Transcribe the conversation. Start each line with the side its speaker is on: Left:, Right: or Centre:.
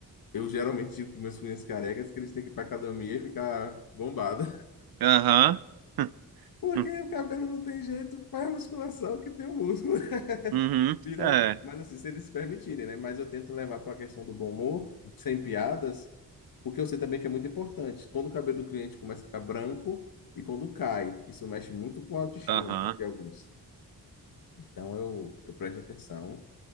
Left: eu geralmente digo para meus clientes carecas que eles têm que ir para academia e ficar bombado
Right: Aham. <laughs>
Left: porque
Right: Hum,
Left: o cabelo não tem jeito, faz musculação que tem o músculo. <laughs>
Right: hum, Uhum.
Left: Vira,
Right: É.
Left: mas assim, se eles se permitirem, né? Mas eu tento levar para a questão do bom humor, sem piadas, porque eu sei também que é muito importante. Quando o cabelo do cliente começa a ficar branco e quando cai, isso mexe muito com a autoestima
Right: Aham.
Left: de alguns. Então eu, eu presto atenção